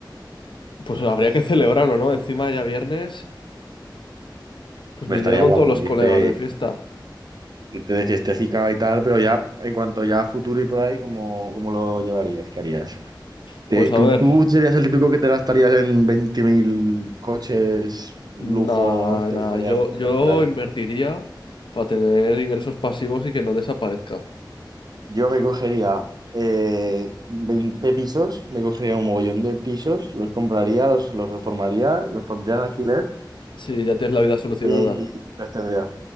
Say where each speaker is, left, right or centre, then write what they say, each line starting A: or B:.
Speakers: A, on the left (about 80°); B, on the right (about 55°).
A: pues habría que celebrarlo, ¿no? Encima ya viernes, pues
B: Hombre,
A: me
B: estaría
A: iría con
B: guapo
A: todos los
B: irte,
A: colegas de fiesta.
B: irte de fiestecica y tal, pero ya en cuanto ya a futuro y por ahí, ¿cómo, cómo lo llevarías? ¿Qué harías? ¿Te-
A: Pues
B: ¿Tú,
A: a ver,
B: tú serías el típico que te gastarías en 20.000 coches, lujos,
A: nada,
B: te
A: nada,
B: cogerías
A: yo,
B: ropa
A: yo
B: y por ahí?
A: invertiría para tener ingresos pasivos y que no desaparezca.
B: Yo me cogería eh, 20 pisos, me cogería un mogollón de pisos, los compraría, los, los reformaría, los pondría en alquiler
A: Si ya tienes la vida solucionada.
B: y, y los tendría.